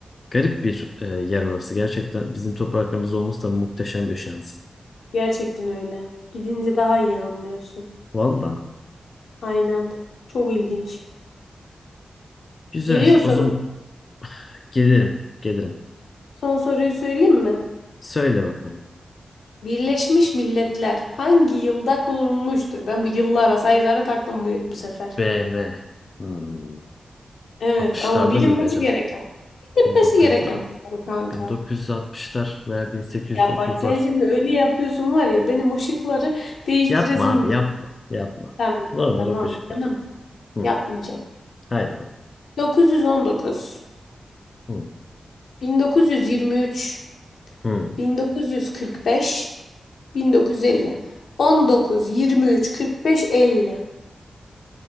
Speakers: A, on the left; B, on the left.
A: Garip bir e, yer orası. Gerçekten bizim topraklarımızda olması da muhteşem bir şans.
B: Gerçekten öyle. Gidince daha iyi anlıyorsun.
A: Valla.
B: Aynen. Çok ilginç.
A: Güzel.
B: Geliyor sorum.
A: O zaman <sighs> gelirim. Gelirim.
B: Son soruyu söyleyeyim mi?
A: Söyle bakalım.
B: Birleşmiş Milletler hangi yılda kurulmuştur? Ben bu yıllara, sayılara taktım bu, bu sefer.
A: BM. Hmm.
B: Evet
A: 60'larda
B: ama bilinmesi
A: mıydı acaba?
B: gereken, bilinmesi
A: 1900,
B: gereken bir soru kanka.
A: 1960'lar veya 1830'lar.
B: Ya bak sen şimdi öyle yapıyorsun var ya benim o şıkları değiştiresim.
A: Yapma abi yapma. Yapma.
B: Tamam,
A: Normal
B: tamam
A: okuyacaklar.
B: canım
A: Hı.
B: yapmayacağım.
A: Haydi bakalım.
B: 919, on dokuz,
A: Hı.
B: bin dokuz yüz yirmi üç,
A: Hı.
B: bin dokuz yüz kırk beş, bin dokuz yüz elli. on dokuz, yirmi üç, kırk beş, elli.